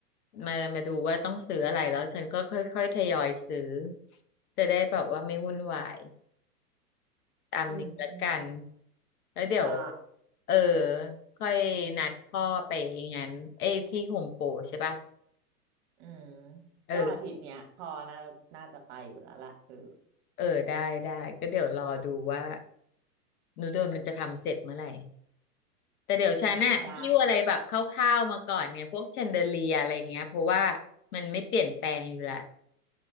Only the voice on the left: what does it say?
มามาดูว่าต้องซื้ออะไรแล้วฉันก็ค่อยๆทยอยซื้อจะได้แบบว่าไม่วุ่นวายตามนี้ละกัน
แล้วเดี๋ยว
เออค่อยนัดพ่อไปงั้นเอ้ยที่โฮมโปรใช่ปะ
เออ
เออได้ได้ก็เดี๋ยวรอดูว่าหนูโดนมันจะทำเสร็จเมื่อไหร่ แต่เดี๋ยวฉันน่ะหิ้วอะไรแบบคร่าวๆมาก่อนเนี่ยพวกแชนเดอเลียอะไรอย่างเงี้ยเพราะว่า
มันไม่เปลี่ยนแปลงอยู่ละ